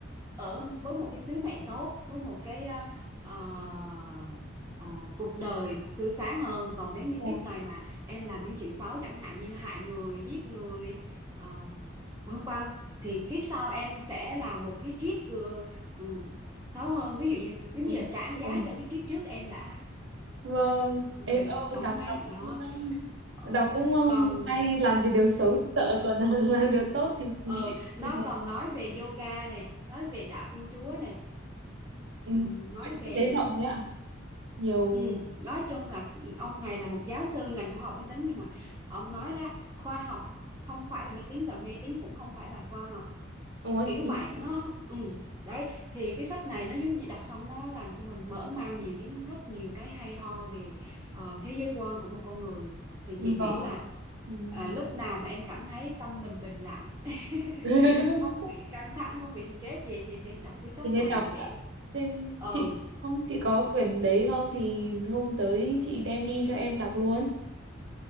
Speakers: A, on the right (about 15°); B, on the right (about 65°).
A: ở với một cái sứ mệnh tốt với một cái ờ, ờ, ờ, cuộc đời tươi sáng hơn còn nếu như
B: Ồ,
A: kiếp này mà em làm những chuyện xấu chẳng hạn như hại người giết người ờ, Vâng vâng thì kiếp sau em sẽ là một cái kiếp vừa ừ, xấu hơn ví dụ như giống
B: ôi,
A: như là trả giá
B: vâng.
A: cho cái kiếp trước em đã
B: Vâng.
A: ừ,
B: Ê, ô,
A: sống
B: đọc
A: ấy
B: đọc
A: đó
B: cũng-
A: Ờ,
B: đọc cũng ừ,
A: còn
B: hay làm vì điều xấu thì sợ còn <laughs> là điều tốt thì,
A: ờ nó
B: thì thế.
A: còn nói về yoga nè nói về đạo Thiên Chúa nè
B: Ừ.
A: ừ, nói
B: Vậy
A: về
B: chị thấy rộng
A: à,
B: đấy ạ nhiều
A: ừ, nói chung là ông này là một giáo sư ngành khoa học máy tính nhưng mà ông nói là khoa học không phải là máy tính và mê tín cũng không phải là khoa học
B: ôi
A: kiểu vậy nó ừ. đấy thì cái sách này nó giống như đọc xong nó làm cho mình mở mang nhiều kiến thức nhiều cái hay ho về ờ, thế giới quan của một con người thì
B: Vâng.
A: chị nghĩ là
B: ừm,
A: à, lúc nào mà em cảm thấy tâm mình bình lặng <laughs>
B: <laughs>
A: không bị căng thẳng không bị stress gì thì nên đọc cái sách
B: thì nên
A: này
B: đọc
A: để
B: ạ nên
A: ừ
B: chị không chị có quyển đấy không thì hôm tới chị đem đi cho em đọc luôn